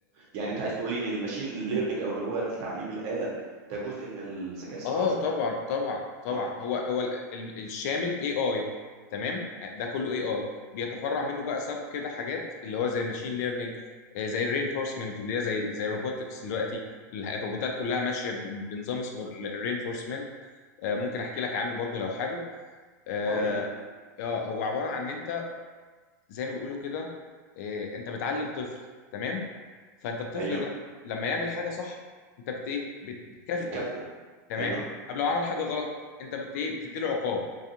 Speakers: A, on the right; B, on the left.
A: يعني انت عايز تقولي ان الماشين ليرنينج او اللي هو تعليم الآلة ده جزء من الذكاء الصناعي
B: اه طبعا طبعا طبعا
A: اه اه
B: هو هو ال- ال- الشامل اي اي تمام ده كله اي اي بيتفرع منه بقى سب كده حاجات اللي هو زي الماشين ليرنينج زي الرينفورسمنت اللي هي زي زي الروبوتكس دلوقتي ال- الروبوتات كلها ماشيه ب- بنظام اسمه الرينفورسمنت ممكن احكي لك عنه برضو لو حابب اه
A: آه، يا ريت
B: آه، هو عباره عن ان انت زي ما بيقولوا كده آه، انت بتعلم طفل تمام فانت الطفل
A: ايوه
B: ده لما يعمل حاجه صح انت بت ايه بت- بتكافئه
A: بتكافئه
B: تمام
A: ايوه
B: طب لو عمل حاجه غلط انت بت ايه بتدي له عقاب